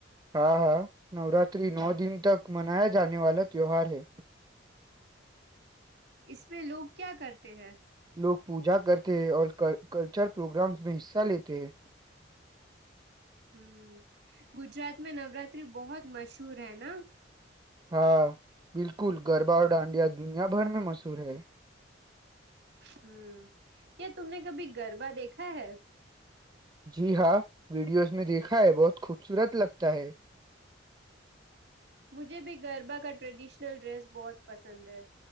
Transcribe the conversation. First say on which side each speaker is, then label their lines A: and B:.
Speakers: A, on the right; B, on the right.
A: ہاں ہاں نوراتری نو دن تک منایا جانے والا تیوہار ہے
B: اس میں لوگ کیا کرتے ہیں
A: لوگ پوجا کرتے ہیں اور کلچر پروگرامس میں حصہ لیتے ہیں
B: ہوں گجرات میں نوراتری بہت مشہور سور ہے نا
A: ہاں بالکل گربا اور ڈانڈیا دنیا بھر میں مس س ہے
B: ہوں کیا تم نے کبھی گربہ دیکھا ہے
A: جی ہاں ویڈیوز میں دیکھا ہے بہت خوبصورت لگتا ہے
B: مجھے بھی گربا کا ٹریڈیشنل ڈریس بہت پسند ہے